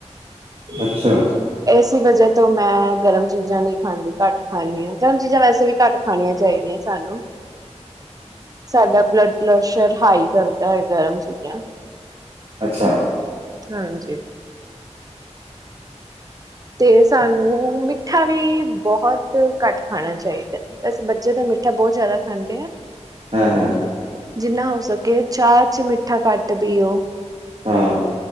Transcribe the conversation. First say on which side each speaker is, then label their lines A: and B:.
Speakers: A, on the right; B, on the right.
A: ਅੱਛਾ
B: ਇਸ ਵਜ੍ਹਾ ਤੋਂ ਮੈਂ ਗਰਮ ਚੀਜ਼ਾਂ ਨਹੀਂ ਖਾਂਦੀ ਘੱਟ ਖਾਂਦੀ ਆ, ਗਰਮ ਚੀਜ਼ਾਂ ਵੈਸੇ ਵੀ ਘੱਟ ਖਾਣੀਆਂ ਚਾਹੀਦੀਆਂ ਸਾਨੂੰ ਸਾਡਾ ਬਲੱਡ ਪਲਸ਼ <unintelligible> ਹਾਈ ਕਰਦਾ ਆ, ਗਰਮ ਚੀਜ਼ਾਂ
A: ਅੱਛਾ
B: ਹਾਂਜੀ ਤੇ ਸਾਨੂੰ ਮਿੱਠਾ ਵੀ ਬਹੁਤ ਘੱਟ ਖਾਣਾ ਚਾਹੀਦਾ, ਵੈਸੇ ਬੱਚੇ ਤਾਂ ਮਿੱਠਾ ਬਹੁਤ ਜ਼ਿਆਦਾ ਖਾਂਦੇ ਆ।
A: ਹੈਂ ਹੈਂ
B: ਜਿੰਨਾ ਹੋ ਸਕੇ, ਚਾਹ ਚ ਮਿੱਠਾ ਘੱਟ ਪੀਓ।
A: ਹਾਂ